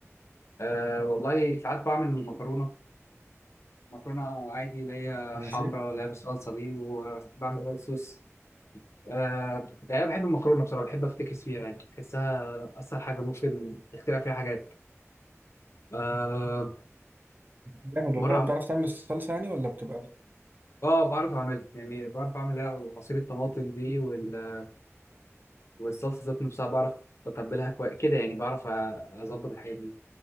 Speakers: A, on the left; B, on the right.
A: أه والله ساعات بعمل مكرونه مكرونه عادي اللي هي
B: ماشي
A: حمراء اللي هي بالصلصه دي وبعمل وايت صوص أه يعني انا بحب المكرونه بصراحه بحب افتكس فيها يعني بحسها اسهل حاجه ممكن اخترع فيها حاجات أه
B: جامد والله
A: مره
B: بتعرف تعمل الصلصه يعني ولا بتبقى
A: اه بعرف اعملها يعني بعرف اعمل إيه؟ عصير الطماطم دي وال... والصلصه ذات نفسها بعرف اتبلها كويس كده يعني بعرف أ- اظبط الحاجات دي